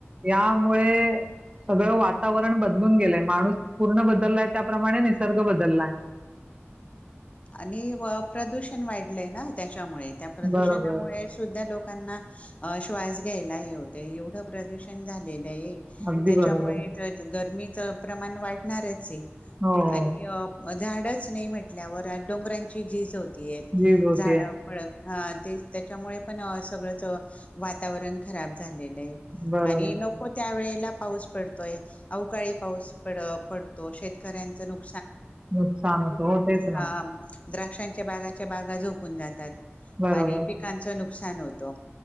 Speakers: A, on the right; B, on the left.
A: यामुळे सगळं वातावरण बदलून गेलंय माणूस पूर्ण बदललाय त्याप्रमाणे निसर्ग बदललाय
B: आणि व-प्रदूषण वाईट लयना त्या च्यामुळे त्या प्रदूषणामुळे
A: बरोबर.
B: सुद्धा लोकांना-अ श्वास घ्यायला हे होतंय एवढं प्रदूषण झालेलं अय
A: अगदी
B: त्याच्यामुळे
A: बरोबर.
B: त-तर गर्मी चं प्रमाण वाढणारच आहे
A: हो, हो.
B: आणि-अं झाडंच नाही म्हटल्यावर त्यात डोंगरांची झीज होते किती आहेत
A: झीज होतीये.
B: झाडावर फळं हा तेच तर त्यामुळे पण अ-सगळंच-अ वातावरण खराब झालेलंय
A: बरोबर.
B: आणि नको त्यावेळेत ला पाऊस पडतोय अवकाळी पाऊस पड-अ पडतो शेतकऱ्यांचं नुक....
A: नुकसान होतं हो तेच
B: हा
A: ना
B: द्राक्षांच्या बागाच्या बागा झोपून जातात
A: बरोबर,
B: आणि पिकांचं नुक--. सान होतं